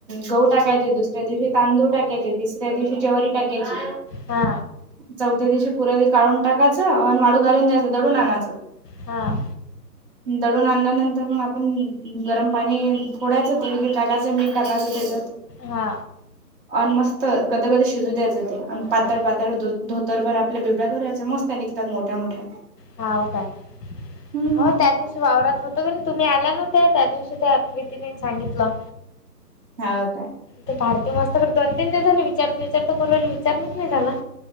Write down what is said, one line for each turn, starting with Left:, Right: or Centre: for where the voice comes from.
Right: गहू टाकायचे दुसऱ्या दिवशी तांदूळ टाकायचे तिसऱ्या दिवशी जवारी टाकायची
Left: हा
Right: चौथ्या दिवशी पुराले काढून टाकायचं आणि आळू घालून द्यायचं दळून आणायचं
Left: हा
Right: दळून आणल्यानंतर मग आपण गरम पाणी थोडाचं तेल बिल टाकायं मीठ टाकायचं त्याच्यात
Left: हा
Right: आणि मस्त गदगद शिजू द्यायचं ते आणि पातळ
Left: हा
Right: पातळ धो धोतरभर आपल्या बिब्या करायच्या मस्त निघतात मोठ्या मोठ्या
Left: हावं काय
Right: हम्म.
Left: हो त्या दिवशी वावरात होतो कनय तुम्ही आल्या नव्हत्या त्या दिवशी त्या प्रीती ताईन सांगितलं
Right: हाव काय
Left: ते पार्थिव असत खरं दोन तीन दिवस झालं विचारते विचारते करूराहिले विचारणच नाही झाला